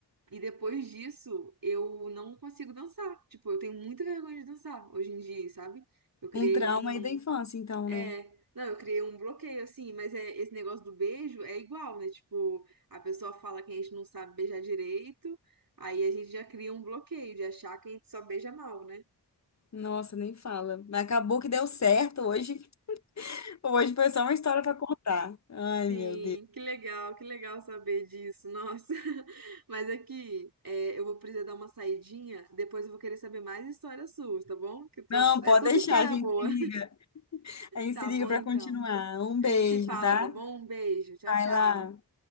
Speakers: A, on the right; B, on the left.
A: e depois disso eu não consigo dançar. Tipo, eu tenho muita vergonha de dançar hoje em dia, sabe? Eu criei
B: Um trauma
A: um,
B: aí da infância, então,
A: é,
B: né?
A: não, eu criei um bloqueio, assim, mas é, esse negócio do beijo é igual, né? Tipo, a pessoa fala que a gente não sabe beijar direito, aí a gente já cria um bloqueio de achar que a gente só beija mal, né?
B: Nossa, nem fala. Mas acabou que deu certo hoje. Hoje foi só uma história para contar. Ai,
A: Sim,
B: meu Deus.
A: que legal, que legal saber disso, nossa. <laughs> Mas aqui, é, eu vou precisar dar uma saidinha, depois eu vou querer saber mais histórias suas, tá bom? Que tô-
B: Não,
A: é
B: pode
A: tudo
B: deixar,
A: história
B: a gente
A: boa.
B: se liga.
A: <laughs>
B: A gente
A: Tá
B: se liga
A: bom,
B: para
A: então.
B: continuar. Um beijo,
A: A gente se fala,
B: tá?
A: tá bom? Um beijo, tchau,
B: Vai
A: tchau.
B: lá.